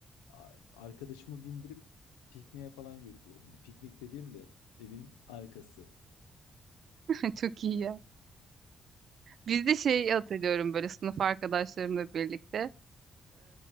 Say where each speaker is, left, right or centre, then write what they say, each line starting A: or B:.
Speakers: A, on the left; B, on the right.
A: a- arkadaşımı bindirip pikniğe falan götürüyordum. Yani piknik dediğim de evin arkası.
B: <laughs> Çok iyi ya. Biz de şey hatırlıyorum böyle sınıf arkadaşlarımla birlikte.